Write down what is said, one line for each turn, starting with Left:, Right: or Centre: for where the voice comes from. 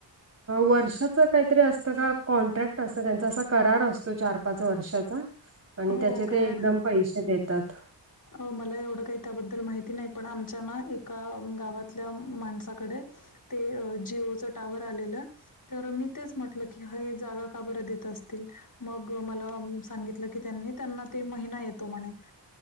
Right: वर्षाच काहीतरी असतं का कॉन्ट्रॅक्ट असतं त्यांचा असा करार असतो चार पाच वर्षाचा आणि
Left: हो,
Right: त्याचे
Left: कारण
Right: ते एकदम पैसे देतात
Left: अ मला एवढं काही त्याबद्दल माहिती नाही पण आमच्या ना एका गावातल्या माणसाकडे ते जिओचं टावर आलेलं तर मी तेच म्हटलं की हा जागा का ब देत असतील मग मला सांगितलं की त्यांनी त्यांना ते महिना येतो म्हणे